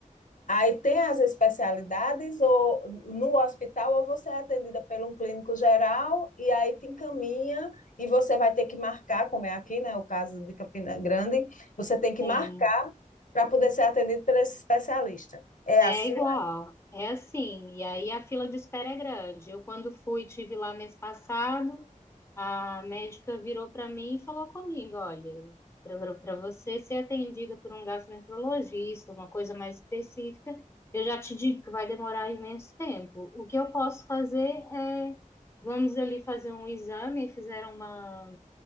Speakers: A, on the left; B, on the left.
A: aí tem as especialidades ou no hospital ou você é atendida por um clínico geral e aí te encaminha e você vai ter que marcar, como é aqui, né? O caso de Campina Grande, você tem que
B: sim.
A: marcar para poder ser atendido por esse especialista. É
B: É
A: assim?
B: igual, é assim. E aí a fila de espera é grande. Eu, quando fui, tive lá mês passado, a médica virou para mim e falou comigo: olha, para você ser atendida por um gastroenterologista, uma coisa mais específica, eu já te digo que vai demorar imenso tempo. O que eu posso fazer é, vamos ali fazer um exame. E fizeram uma.